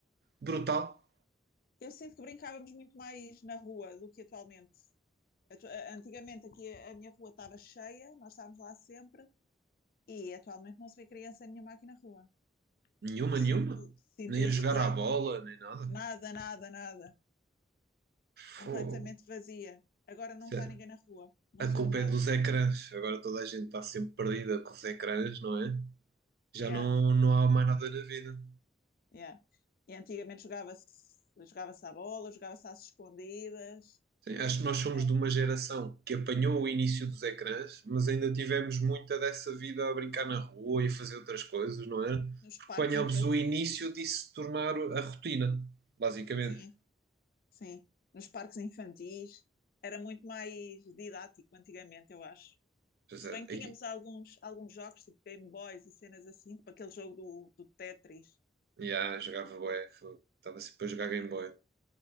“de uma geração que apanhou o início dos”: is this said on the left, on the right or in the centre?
Right